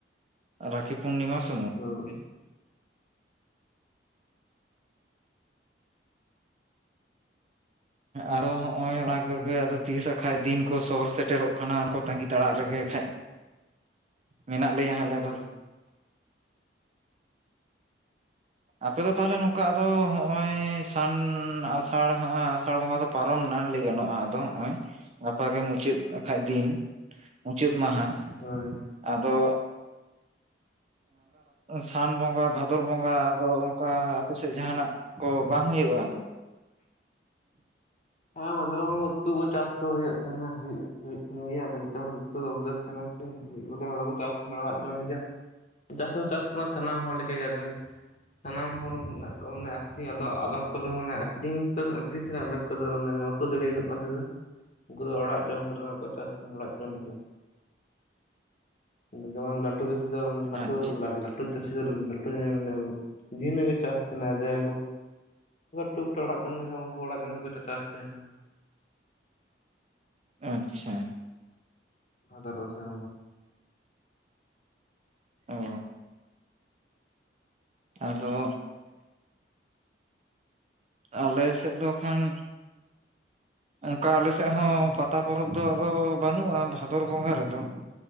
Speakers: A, on the right (about 40°); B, on the left (about 45°).
A: ᱨᱟᱠᱷᱤ ᱯᱩᱨᱱᱤᱢᱟ ᱥᱚ
B: ᱦᱚᱭ
A: ᱟᱨᱚ ᱦᱚᱸᱜ-ᱚᱭ
B: ᱦᱩᱸ
A: ᱚᱱᱟ ᱠᱚᱜᱮ ᱟᱫᱚ ᱛᱤᱥ ᱦᱟᱸᱜ ᱠᱷᱟᱡ ᱫᱤᱱ ᱠᱚ ᱥᱚᱦᱚᱨ ᱥᱮᱴᱮᱨᱚᱜ ᱠᱟᱱᱟ, ᱚᱱᱟ ᱠᱚ ᱛᱟᱺᱜᱤ ᱛᱟᱬᱟᱜ ᱨᱮᱜᱮ ᱠᱷᱟᱡ ᱢᱮᱱᱟᱜ ᱞᱮᱭᱟ ᱟᱞᱮ
B: ᱦᱳᱭ
A: ᱫᱚ ᱟᱯᱮ ᱫᱚ ᱛᱟᱦᱞᱮ ᱱᱚᱝᱠᱟ ᱟᱫᱚ ᱦᱚᱸᱜᱼᱚᱭ ᱥᱟᱱ ᱟᱥᱟᱲ ᱦᱟᱸᱜ ᱟᱥᱟᱲ ᱵᱚᱸᱜᱟ ᱫᱚ ᱯᱟᱨᱚᱢᱱᱟ ᱞᱟᱹᱭ ᱜᱟᱱᱚᱜᱼᱟ ᱟᱫᱚ ᱦᱚᱸᱜᱼᱚᱭ ᱜᱟᱯᱟ ᱜᱮ ᱢᱩᱪᱟᱹᱫ ᱦᱟᱸᱜ ᱠᱷᱟᱡ ᱫᱤᱱ ᱢᱩᱪᱟᱹᱫ ᱢᱟᱦᱟ
B: ᱦᱳᱭ
A: ᱟᱫᱚ ᱥᱟᱱ ᱮᱸ <unintelligible> ᱵᱚᱸᱜᱟ ᱵᱷᱟᱫᱚᱨ ᱵᱚᱸᱜᱟ ᱟᱫᱚ ᱚᱱᱠᱟ ᱟᱯᱮ ᱥᱮᱫ ᱡᱟᱦᱟᱱᱟᱜ ᱠᱚ ᱵᱟᱝ ᱦᱩᱭᱩᱜᱼᱟ ᱟᱫᱚ
B: ᱦᱚᱸ, ᱱᱚᱣᱟ ᱠᱚ ᱩᱛᱩ ᱠᱚ ᱪᱟᱥ ᱠᱚ ᱦᱩᱭᱩᱜ ᱛᱟᱸᱦᱮᱱᱟ ᱦᱩᱭᱩᱜ ᱛᱟᱦᱮᱱ ᱦᱩᱭᱩᱜ-ᱦᱩᱜᱩᱜ ᱛᱟᱸᱦᱮᱱ ᱜᱮᱭᱟ ᱟᱫᱚ ᱡᱚᱛᱚ ᱦᱚᱲ ᱫᱚ <unintelligible> ᱛᱟᱦᱮᱱᱟ ᱥᱮ ᱢᱤᱫ ᱵᱟᱨᱭᱟ ᱦᱚᱲ ᱠᱚ ᱪᱟᱥ ᱛᱟᱦᱮᱱᱟ ᱚᱲᱟᱜ ᱡᱚᱢ ᱞᱮᱟ ᱡᱟᱹᱥᱛᱤ ᱪᱟᱥ ᱛᱟᱦᱮᱱᱟ ᱥᱟᱱᱟᱢ ᱦᱚᱲ ᱞᱮᱠᱟᱜᱮ ᱫᱚᱚᱢᱮ ᱥᱟᱱᱟᱢ ᱦᱚᱲ ᱢᱮᱱᱟᱜ ᱠᱚᱣᱟ ᱢᱟᱱᱮ ᱟᱠᱷᱨᱤᱧ ᱟᱫᱚ ᱟᱫᱚᱠ ᱠᱚᱫᱚ ᱢᱟᱱᱮ ᱟᱹᱠᱷᱨᱤᱧ ᱠᱚ ᱟᱹᱠᱷᱨᱤᱧ ᱛᱮᱫᱚ ᱟᱫᱮᱠ ᱠᱚᱫᱚ ᱢᱟᱱᱮ ᱵᱟᱠᱚ ᱫᱟᱲᱮᱭᱟᱜ-ᱟ ᱩᱟᱹᱜ ᱜᱟᱱ ᱛᱮᱫᱚ ᱩᱱᱠᱩ ᱫᱚ ᱚᱲᱟᱜ ᱡᱚᱢ ᱠᱚᱨᱮᱱᱟᱜ ᱠᱚ ᱪᱟᱥ ᱛᱟᱦᱮᱸ ᱚᱲᱟᱜ ᱡᱚᱢ ᱞᱮᱠᱟ ᱡᱮᱢᱚᱱ ᱞᱟᱹᱴᱩ ᱜᱮ ᱥᱩᱫᱩ ᱞᱟᱹᱴᱩ
A: ᱟᱪᱪᱷᱟ
B: ᱞᱟ-ᱞᱟ ᱞᱟᱹᱴᱩ ᱪᱟᱹᱥᱤ ᱫᱚ ᱞᱟᱹᱴᱩ ᱡᱟᱦᱟᱸᱭ ᱢᱟᱱᱮ ᱫᱤᱱ ᱜᱮᱠᱚ ᱪᱟᱥ‌ ᱛᱟᱦᱮᱱᱟ ᱡᱟᱦᱟᱸᱭ ᱴᱩᱠ-ᱴᱟᱠ ᱚᱲᱟᱜ ᱡᱚᱢ ᱞᱮᱠᱟ ᱩᱝᱠᱩ ᱚᱲᱟᱜ ᱡᱚᱢ ᱜᱮᱠᱚ ᱪᱟᱥ ᱛᱟᱦᱮᱱᱟ
A: ᱟᱪᱪᱷᱟ
B: ᱦᱟᱡᱟᱨ ᱫᱚᱥᱟᱨ
A: ᱚ ᱟᱫᱚ ᱟᱞᱮ ᱥᱮᱫ ᱫᱚ ᱠᱷᱟᱱ ᱚᱱᱠᱟ ᱟᱞᱮ ᱥᱮᱫ ᱦᱚᱸ
B: ᱦᱩᱸ
A: ᱯᱟᱛᱟ ᱯᱚᱨᱚᱵᱽ ᱫᱚ ᱟᱫᱚ ᱵᱟᱹᱱᱩᱜᱼᱟ ᱵᱷᱟᱫᱚᱨ ᱵᱚᱸᱜᱟ ᱨᱮᱫᱚ